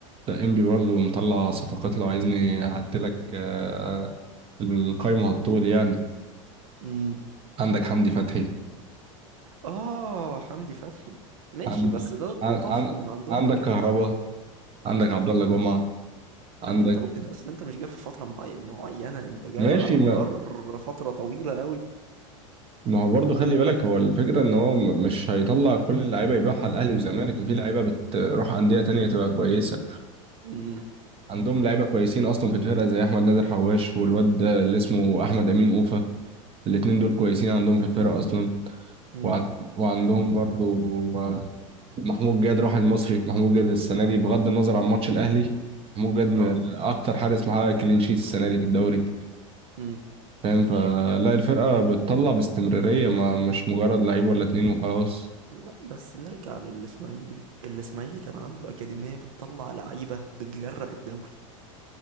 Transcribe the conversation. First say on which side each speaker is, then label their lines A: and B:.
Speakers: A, on the right; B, on the right.
A: لا انبي برضه مطلع صفقات لو عايزني اعدلك آه، آه، القايمة هتطول يعني
B: امم
A: عندك حمدي فتحي
B: آه حمدي فتحي ماشي
A: عند...
B: بس ده ده
A: عن...
B: طفرة
A: عن...
B: من عندهم
A: عندك
B: كده
A: كهربا عندك عبد الله جمعة
B: لا
A: عندك
B: انت ب... انت اصلا انت مش جايب في فترة معي... معينة انت جايب
A: ماشي
B: على
A: ما,
B: مدار فترة طويلة قوي
A: ما هو برضه خلي بالك هو الفكرة ان هو م- مش هيطلع كل اللعيبة يبيعها الاهلي والزمالك ما في لعيبة بتروح أندية تانية تبقى كويسة
B: امم
A: عندهم لعيبة كويسين اصلا في الفرقة زي احمد نادر حواش والواد ده اللي اسمه احمد امين اوفة الاتنين دول كويسين عندهم في الفرقة اصلا
B: امم
A: وع- وعندهم برضو آه، محمود جاد راح المصري محمود جاد السنه دي بغض النظر عن ماتش الاهلي محمود جاد من
B: اه
A: اكتر حارس محقق كلين شيت السنه دي في الدوري
B: امم
A: فاهم فلا الفرقه بتطلع باستمراريه ما مش مجرد لعيب ولا اتنين وخلاص
B: لا بس نرجع للاسماعيلي الاسماعيلي كان عنده أكاديمية بتطلع لعيبة بتجرأ الدوري